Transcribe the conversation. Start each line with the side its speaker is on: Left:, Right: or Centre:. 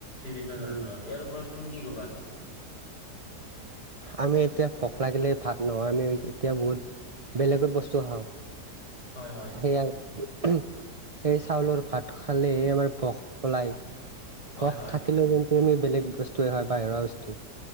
Left: বিভিন্ন
Right: উম
Left: ধৰণৰ ইয়াৰ ওপৰত তুমি কি ক'বা?
Right: আমি এতিয়া ভোষ লাগিলে ভাত নহয় আমি এতিয়া বহুত বেলেগত বস্তু খাওঁ
Left: হয় হয়
Right: সেইয়াই। উ উহু, সেই চাউলৰ ভাত খালে আমাৰ ভস পলায়।
Left: হয়
Right: ভস
Left: হয়।
Right: থাকিলেও কিন্তু আমি বেলেগ বস্তুৱে খাও বাহিৰা বস্তু।